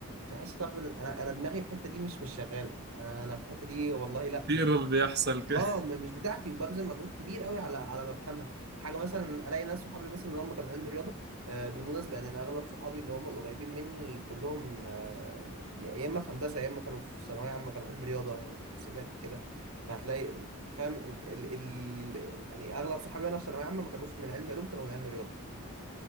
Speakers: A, on the right (about 80°); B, on the right (about 45°).
A: تحس طب إن انا انا دماغي الحته دي مش مش شغاله انا انا في الحته دي والله لا
B: في
A: مش
B: ايرور بيحصل كده
A: اه م- مش بتاعتي وببذل مجهود كبير قوي على على ما افهمها حاجه مثلا الاقي ناس صحابي مثلا اللي هم كانوا علم رياضه آه، بالمناسبه يعني انا اغلب صحابي اللي هم القريبين مني كلهم آه، يا يا اما في هندسه يا اما كانوا في ثانويه عامه كانوا علم رياضه يا إما في حاسبات كده فهتلاقي فاهم ال ال ال يعني اغلب صحابي وانا في ثانويه عامه ما كانوش من علم علوم كانوا من علم رياضه